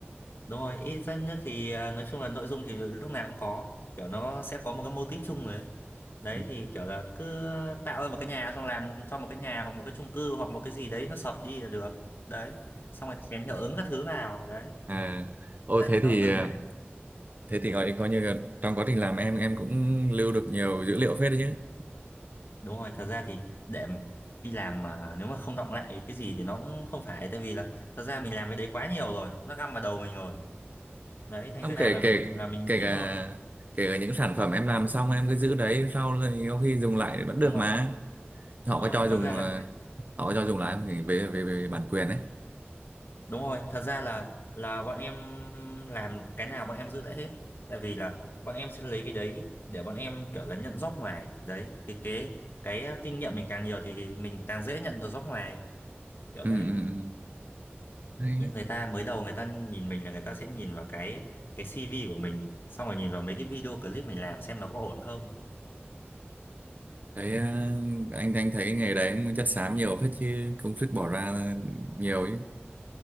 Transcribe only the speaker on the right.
Ừ.
À, ô
thế
thì
ờ,
thế thì gọi coi như là trong quá trình làm em em cũng lưu được nhiều dữ liệu phết đấy chứ.
Không
kể
kể
kể
cả
kể cả những sản phẩm em làm xong em cứ giữ đấy sau rồi có khi dùng lại vẫn
được
mà. Họ
có
cho
dùng
ờ, họ có cho dùng lại không thì về về về bản quyền đấy.
Ừ
ừ ừ. Đấy,
đấy.
Thấy ờ, anh anh thấy nghề đấy cũng chất xám nhiều phết chứ công sức bỏ ra nhiều ấy.